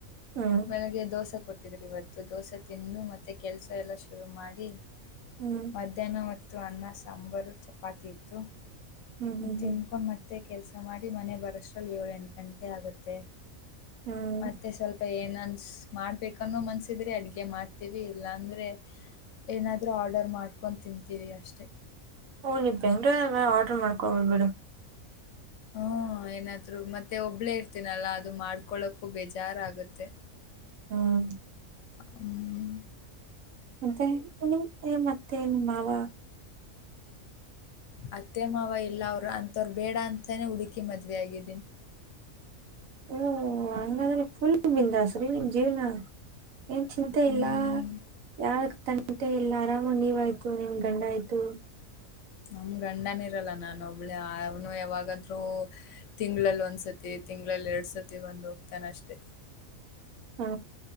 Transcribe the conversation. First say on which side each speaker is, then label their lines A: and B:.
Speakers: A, on the right; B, on the left.
A: ಹ್ಮ್
B: ಬೆಳಿಗ್ಗೆ ದೋಸೆ ಕೊಟ್ಟ ಇವತ್ತು ದೋಸೆ ತಿಂದು ಮತ್ತೆ ಕೆಲಸ ಎಲ್ಲ ಶುರು ಮಾಡಿ
A: ಹ್ಮ್
B: ಮಧ್ಯಾಹ್ನ ಒತ್ತು ಅನ್ನ ಸಾಂಬಾರು ಚಪಾತಿ ಇತ್ತು
A: ಹ್ಮ್ ಹ್ಮ್ ಹ್ಮ್ ಹ್ಮ್
B: ತಿಂಕೊ <unintelligible> ಮತ್ತೆ ಕೆಲ್ಸ ಮಾಡಿ ಮನೆ ಬರಷ್ಟ್ರಲ್ಲಿ ಏಳು ಎಂಟು ಗಂಟೆ ಆಗತ್ತೆ
A: ಹ್ಮ್
B: ಮತ್ತೆ ಸ್ವಲ್ಪ ಏನನ್ ಮಾಡ್ಬೇಕನ್ನೋ ಮನ್ಸ ಇದ್ರೇ ಅಡಗೆ ಮಾಡ್ತೀವಿ ಇಲ್ಲಾ ಅಂದ್ರೆ ಏನಾದರೂ ಆರ್ಡರ್ ಮಾಡ್ಕೊಂಡು ತಿಂತೀವಿ ಅಷ್ಟೇ
A: ಓ ನೀ ಬೆಂಗಳೂರ್ ಅಲ್ವ ಆರ್ಡರ್ ಮಾಡ್ಕೊಬೋದು ಬಿಡು
B: ಹ್ಮ ಏನಾದ್ರು ಮತ್ತೆ ಒಬ್ಳೇ ಇರ್ತಿನಲ್ಲಾ ಅದು ಮಾಡ್ಕೊಳಕ್ಕೂ ಬೇಜಾರ್ ಆಗತ್ತೆ
A: ಹ್ಮ್
B: ಹ್ಮ್
A: ಮತ್ತೆ <unintelligible> ಅತ್ತೆ ಮಾವ
B: ಅತ್ತೆ ಮಾವ ಇಲ್ಲ ಅವರು ಅಂಥವ್ರ ಬೇಡ ಅಂತಾನೇ ಹುಡುಕಿ ಮದ್ವಿ ಆಗಿದ್ದೀನಿ
A: ಹೂಂ ಹಂಗಾದ್ರೆ ಫುಲ್ ಫುಲ್ ಬಿಂದಾಸ್ ರಿ ನಿಮ್ ಜೀವ್ನ ಏನ್ ಚಿಂತೆ
B: ಹ್ಮ್
A: ಇಲ್ಲ ಯಾರ್ ತಂಟೆ ಇಲ್ಲ ಆರಾಮಾಗಿ ನೀವಾಯ್ತು ನಿಮ ಗಂಡ ಆಯ್ತು
B: ನಮ್ ಗಂಡನು ಇರಲ್ಲ ನನ್ ಒಬ್ಳೆ ಅವನು ಯಾವಾಗಾದರು ತಿಂಗಳಲ್ಲಿ ಒಂದ್ಸತಿ ತಿಂಗಳಲ್ಲಿ ಎರಡ ಸತಿ ಬಂದ ಹೋಗ್ತಾನ ಅಷ್ಟೇ
A: ಹಾ